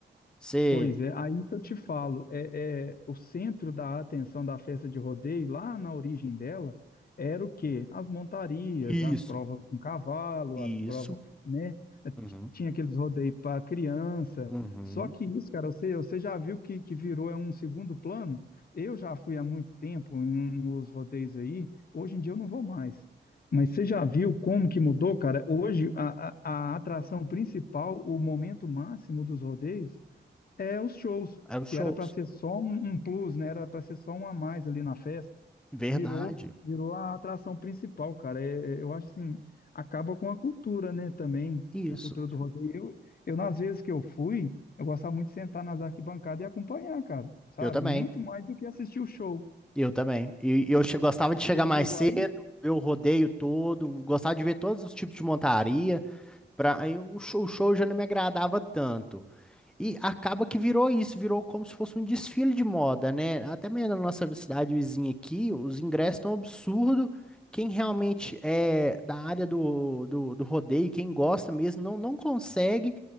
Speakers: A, in the centre; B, on the left.
A: Você
B: Pois é, aí que eu te falo, é, é, o centro da atenção da festa de rodeio, lá na origem dela, era o quê? As montarias,
A: isso,
B: as provas com cavalo,
A: isso.
B: as provas, né? T-
A: Uhum.
B: Tinha aqueles rodeios para criança.
A: Uhum.
B: Só que isso, cara, você, você já viu que, que virou é um segundo plano? Eu já fui há muito tempo em um- nos rodeios aí, hoje em dia eu não vou mais. Mas você já viu como que mudou, cara? Hoje, a, a a atração principal, o momento máximo dos rodeios, é os shows,
A: É os
B: que
A: shows.
B: era para ser só um, um plus, né? Era para ser só um a mais ali na festa.
A: Verdade.
B: Virou, virou a atração principal, cara. É- é- eu acho assim, acaba com a cultura, né, também,
A: Isso.
B: a cultura do rodeio. Eu, eu, nas vezes que eu fui, eu gostava muito de sentar nas arquibancadas e acompanhar, cara, sabe?
A: Eu também.
B: Muito mais do que assistir o show.
A: Eu também. E e eu che- gostava de chegar
B: Você
A: mais
B: chegou
A: cedo,
B: aí?
A: ver o rodeio todo, gostava de ver todos os tipos de montaria. Pra, aí o show, o show já não me agradava tanto. E acaba que virou isso, virou como se fosse um desfile de moda, né? Até mesmo na nossa cidade vizinha aqui, os ingressos estão absurdo. Quem realmente é da área do, do, do rodeio, quem gosta mesmo, não, não consegue.